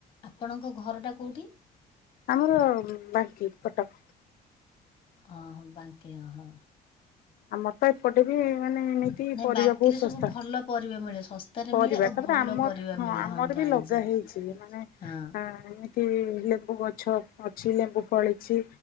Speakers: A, on the left; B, on the left.
A: ଆପଣଙ୍କ ଘରଟା କୋଉଠି?
B: ଆମର ବାଙ୍କି କଟକ।
A: ଓହୋ ବାଙ୍କି ଅ।
B: ଆମର ତ ଏପଟେ ବି ମାନେ ଏମିତି
A: ନାଇଁ
B: ପରିବା
A: ବାଙ୍କିରେ
B: ବହୁତ ଶସ୍ତା
A: ସବୁ ଭଲ ପରିବା ମିଳେ ଶସ୍ତାରେ
B: ପରିବା
A: ମିଳେ ଆଉ
B: ତାପରେ
A: ଭଲ
B: ଆମର
A: ପରିବା
B: ହଁ
A: ମିଳେ
B: ଆମର
A: ମୁଁ ଜାଣିଛି।
B: ବି ଲଗା ହେଇଛି ମାନେ
A: ହଁ
B: ଏ ଏମିତି ଲେମ୍ବୁ ଗଛ ଗଛ ଅଛି ଲେମ୍ବୁ ଫଳିଛି।